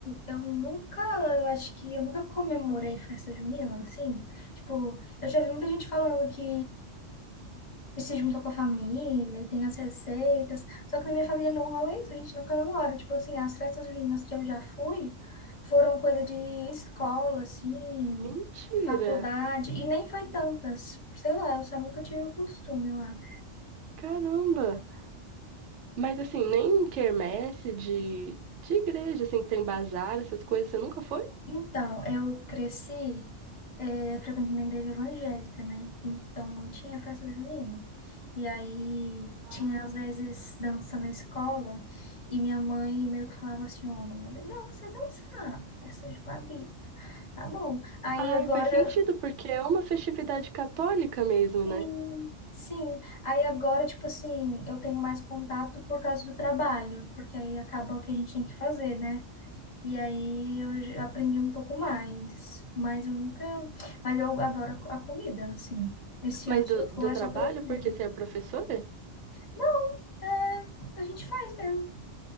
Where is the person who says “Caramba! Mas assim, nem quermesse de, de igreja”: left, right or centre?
Right